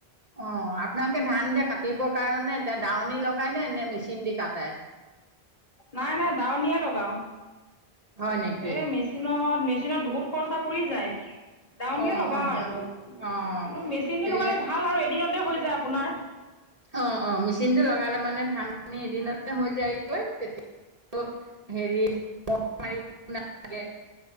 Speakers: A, on the right; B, on the left.
A: অ', আপোনালোকে ধান এতিয়া কাটিবৰ কাৰণে এতিয়া দাৱনী লগাইনে নে মেচিন দি কাটে?
B: নাই নাই দাৱনীয়ে লগাও।
A: হয় নেকি
B: এ মেছ মেচিনত মেচিনত বহুত খৰচা পৰি যায়। দাৱনীয়ে
A: অ
B: লগাও
A: অ
B: আৰু।
A: অ
B: কিন্তু মেচিন দি
A: এ
B: লগালে ভাল আৰু এদিনতে হৈ যায় আপোনাৰ।
A: অ', অ', মেচিন টো লগালে মানে ধান আমি এদিনতে হৈ যায়গৈ। তেত <inaudible> হেৰি <unintelligible> লাগে।